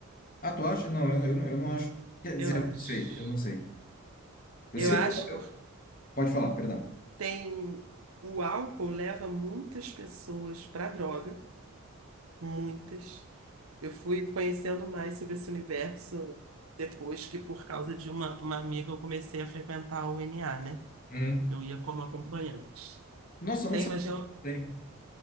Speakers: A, on the left; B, on the right.
A: Ah, tu acha? Não, eu, eu, não- eu não acho. Quer
B: Eu
A: dizer, eu
B: acho.
A: não sei, eu não sei. Eu
B: Eu
A: sei
B: acho
A: que.
B: porque
A: Pode falar, perdão.
B: tem. O álcool leva muitas pessoas para droga, muitas. Eu fui conhecendo mais sobre esse universo depois que, por causa de uma, uma amiga, eu comecei a frequentar o NA, né?
A: Uhum.
B: Eu ia como acompanhante.
A: Nossa, eu
B: Tem
A: não
B: uma. reu-
A: sabia.